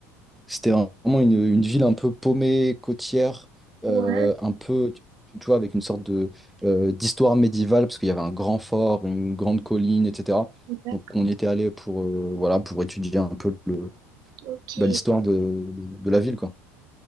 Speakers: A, in the centre; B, on the right (about 55°).
A: C'était vraiment une, une ville un peu paumée, côtière, euh,
B: Ouais,
A: un peu, tu tu vois, avec une sorte de, euh, d'histoire médiévale, parce qu'il y avait un grand fort, une grande colline, etc.
B: d'accord.
A: Donc, on y était allé pour, euh, voilà, pour étudier un peu le,
B: Ok.
A: bah, l'histoire de, de la ville, quoi.